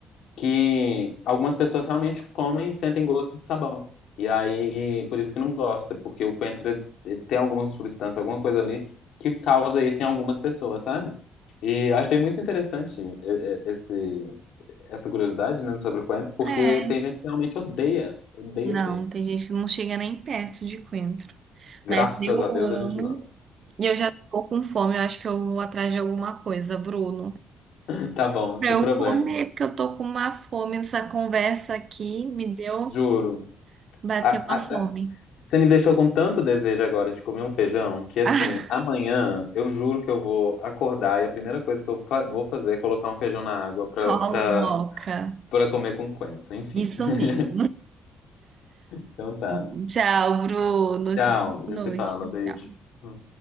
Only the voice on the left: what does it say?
que algumas pessoas realmente comem e sentem gosto de sabão. E aí, por isso que não gosta, porque o coentro ele tem alguma substância, alguma coisa ali que causa isso em algumas pessoas, sabe? E eu achei muito interessante eh, eh, esse essa curiosidade, né, sobre o Quento, porque
tem gente que realmente odeia, odeia,
odeia.
Graças
a Deus
a gente gosta.
<laughs> Tá bom,
sem
problema.
Juro.
A-
a-
você me deixou com tanto desejo agora de comer um feijão que, assim,
amanhã eu juro que eu vou acordar e a primeira coisa que eu fa- vou fazer é colocar um feijão na água pra,
pra, pra comer com Quento. Enfim.
<laughs>
Então tá.
Tchau. A
gente se
fala. Beijo.